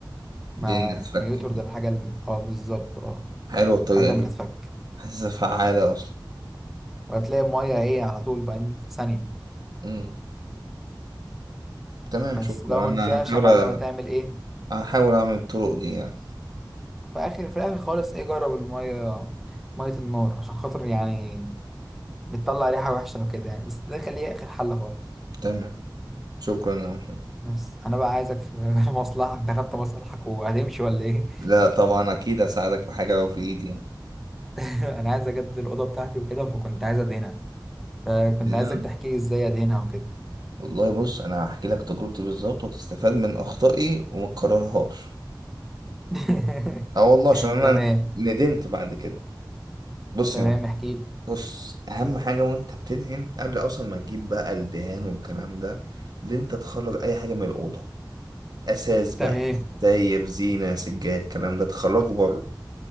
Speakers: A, in the centre; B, on the right.
A: ما
B: الدنيا تتفك
A: ما يطرد
B: كده.
A: الحاجة اللي اه بالظبط اه
B: حلوة الطريقة
A: لحد ما
B: دي
A: تتفك
B: حاسسها فعالة اصلا
A: وهتلاقي المية ايه على طول بقى في ثانية
B: امم تمام
A: بس
B: شكرا
A: لو
B: انا
A: ما نفعش
B: هحاول
A: يا معلم
B: أ-
A: هتعمل ايه
B: هحاول اعمل الطرق دي يعني
A: في اخر في الاخر خالص ايه جرب الميه ميه النار عشان خاطر يعني بتطلع ريحه وحشه وكده يعني بس ده خليه اخر حل خالص
B: تمام شكرا يا محمد
A: بس انا بقى عايزك في <laughs> مصلحه انت خدت مصلحك وهتمشي ولا ايه
B: لا طبعا اكيد هساعدك في حاجة لو في ايدي يعني
A: <laughs> انا عايز اجدد الاوضه بتاعتي وكده فكنت عايز ادهنها فكنت
B: تمام
A: عايزك تحكي لي ازاي ادهنها وكده
B: والله بص انا هحكي لك تجربتي بالظبط وتستفاد من اخطائي وما تكررهاش
A: <laughs>
B: اه والله عشان انا
A: تمام
B: ندمت بعد كده بص
A: تمام
B: يا معلم
A: احكي لي
B: بص اهم حاجه وانت بتدهن قبل اصلا ما تجيب بقى الدهان والكلام ده ان انت تخرج اي حاجه من الاوضه اساس بقى
A: تمام
B: داير زينه سجاد الكلام ده تخرجه بره